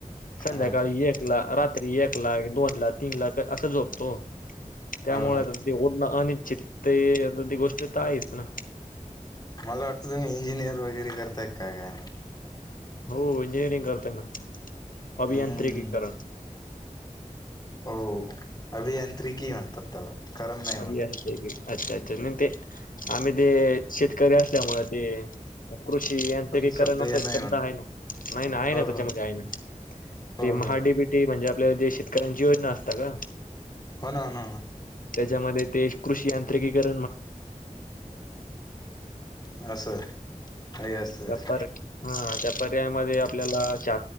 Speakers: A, on the left; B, on the left.
A: संध्याकाळी
B: हा
A: एक ला रात्री, एक ला, दोन ला, तीन ला, असं झोपतो. त्यामुळे
B: हो हो
A: आता ते उठणं अनिश्चित आ ती गोष्ट तर आहेच ना
B: मला वाटतं तुम्ही इंजिनियर वगैरे करताय काय माहीत?
A: हो इंजिनिअरिंग करतोय ना अभियांत्रिकीकरण
B: हम्म हो अभियांत्रिकी म्हणतात त्याला करण नाही म्हणत
A: अभियांत्रिकी अच्छा अच्छा नाही ते आम्ही ते शेतकरी असल्यामुळं ते कृषी यांत्रिकीकरण
B: शब्द
A: करण
B: ये
A: असा
B: नाही
A: शब्द
B: म्हणा
A: आहे ना, नाही ना, आहे
B: हो
A: ना, त्याच्यामध्ये
B: हो
A: आहे ना
B: हो
A: ते
B: हो
A: महाडीबीटी
B: हो
A: म्हणजे आपल्या जे शेतकऱ्यांची योजना असत का
B: हो ना होन हो ना
A: त्याच्यामध्ये ते कृषीयांत्रि तर
B: ना असं यस यस
A: काय पर्यायामध्ये आपल्याला श